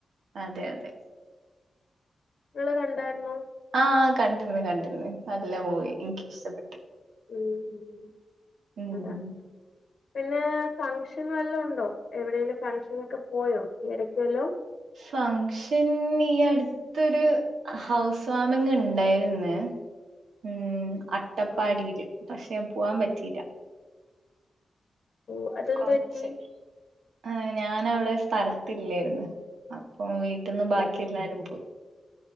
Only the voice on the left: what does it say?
നിങ്ങള് കണ്ടായിരുന്നൊ?
ഉം ഉം ഉം
അതാ പിന്നെ ഫങ്ങ്ഷൻ വല്ലോം ഉണ്ടോ എവ്ടേലും ഫങ്ങ്ഷനൊക്കെ പോയോ ഈ ഇടയ്ക്ക് വല്ലോം
ആഹ്
ഓ അതെന്ത്
പറ്റി
ഓ